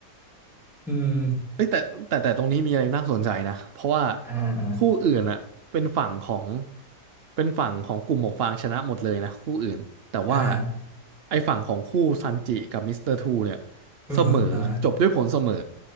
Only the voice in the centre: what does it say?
อืม
อ่า
อ่า
เออเออ